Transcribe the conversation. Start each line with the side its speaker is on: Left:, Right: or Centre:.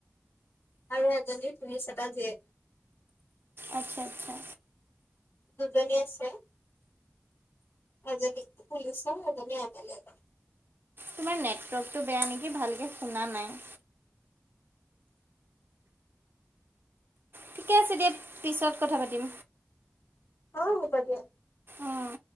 Left: আৰু এজনী পুলিচ এটা জীয়েক
Right: আতচ্ছা, আতচ্ছা।
Left: দুজনী আছে, এজনী পুলিচৰ এজনী এম এ লে।
Right: তোমাৰ নেটৱৰ্কটো বেয়া নেকি? ভালকে শুনা নাই। ঠিকে আছে দিয়া, পিছত কথা পাতিম।
Left: অ', হ'ব দিয়া।
Right: অঁ